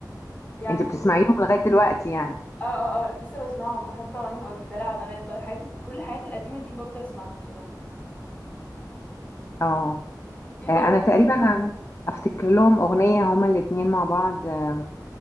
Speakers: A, on the left; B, on the left.
A: يعني
B: انت بتسمعيهم
A: بص-
B: لغاية دلوقتي يعني
A: اه اه اه لسه بسمعهم بحب أغانيهم قوي دلع بنات بقى الحاجات ال... كل الحاجات القديمة دي بفضل أسمعها بصراحة
B: اه
A: في برضه
B: آه، انا تقريبا عمل افتكر لهم اغنية هما الاتنين مع بعض آه،